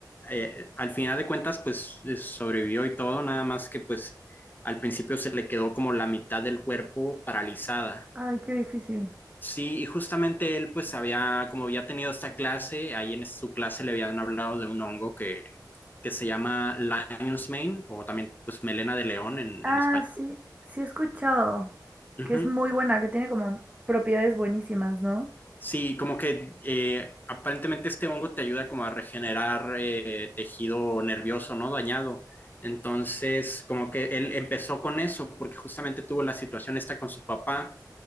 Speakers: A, on the left; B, on the right.
A: eh, al final de cuentas, pues eh, sobrevivió y todo, nada más que pues al principio se le quedó como la mitad del cuerpo paralizada.
B: Ay, qué difícil.
A: Sí, y justamente él pues había, como había tenido esta clase, ahí en su clase le habían hablado de un hongo que, que se llama Lion's Mane o también pues melena de león en,
B: Ah,
A: en español.
B: sí, sí he escuchado
A: Ujú,
B: que es muy buena, que tiene como propiedades buenísimas, ¿no?
A: Sí, como que eh, aparentemente este hongo te ayuda como a regenerar eh, tejido nervioso, ¿no? Dañado. Entonces, como que él empezó con eso porque justamente tuvo la situación esta con su papá